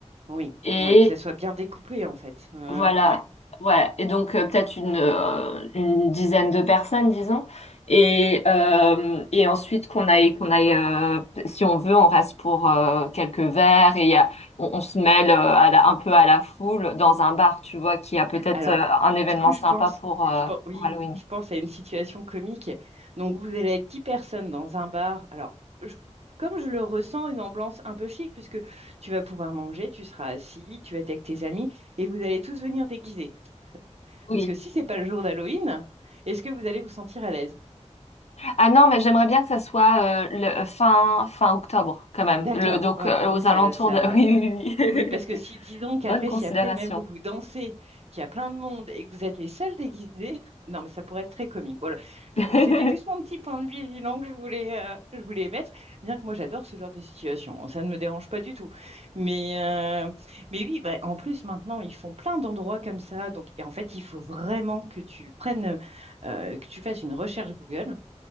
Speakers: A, on the right; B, on the left.
A: Oui,
B: et
A: oui, que ça soit bien découpé en fait. Euh,
B: voilà,
A: ouais.
B: ouais, et donc euh, peut-être une, euh, une dizaine de personnes, disons, et, euh, et ensuite qu'on aille, qu'on aille, euh, si on veut, on reste pour euh, quelques verres et il y a- on, on se mêle euh, à la, un peu à la foule dans un bar, tu vois, qui a peut-être
A: Alors,
B: euh, un événement
A: du coup,
B: sympa
A: je pense,
B: pour, euh,
A: je pense, oui,
B: pour Halloween.
A: je pense à une situation comique. Donc, vous allez être 10 personnes dans un bar. Alors, je- comme je le ressens, une ambiance un peu chic, puisque tu vas pouvoir manger, tu seras assis, tu vas être avec tes amis, et vous allez tous venir déguisés.
B: Oui.
A: Parce que si c'est pas le jour d'Halloween, est-ce que vous allez vous sentir à l'aise?
B: Ah non, mais j'aimerais bien que ça soit euh, le, euh, fin, fin octobre, quand même,
A: D'accord,
B: le, donc
A: ouais,
B: euh,
A: donc
B: aux
A: ça,
B: alentours
A: ça
B: de... <laughs> Oui, oui, oui.
A: Oui, parce que si, disons
B: <laughs>
A: qu'après,
B: Bonne considération.
A: si après même vous vous dansez, qu'il y a plein de monde et que vous êtes les seuls déguisés, <laughs> non, mais ça pourrait être très comique. Voilà,
B: <laughs>
A: Je- c'était juste mon petit point de vigilance que je voulais, euh, je voulais émettre, bien que moi j'adore ce genre de situation, hein, ça ne me dérange pas du tout. Mais, euh, mais oui, bah, en plus maintenant, ils font plein d'endroits comme ça, donc et en fait, il faut vraiment que tu prennes, euh, que tu fasses une recherche Google,